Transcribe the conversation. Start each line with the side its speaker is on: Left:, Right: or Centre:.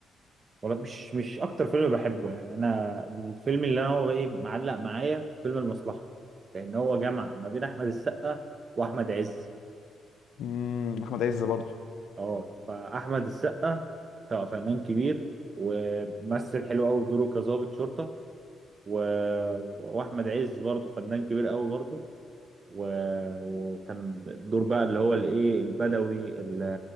Right: والله مش مش اكتر فيلم بحبه يعني انا الفيلم اللي انا هو ايه معلق معايا فيلم المصلحه لان هو جمع ما بين احمد السقا واحمد عز
Left: امم احمد عز برضه
Right: اه فاحمد السقا طبعا فنان كبير وممثل حلو قوي في دوره كظابط شرطه و... واحمد عز برضه فنان كبير قوي برضه و- وكان الدور بقى اللي هو الايه البدوي ال-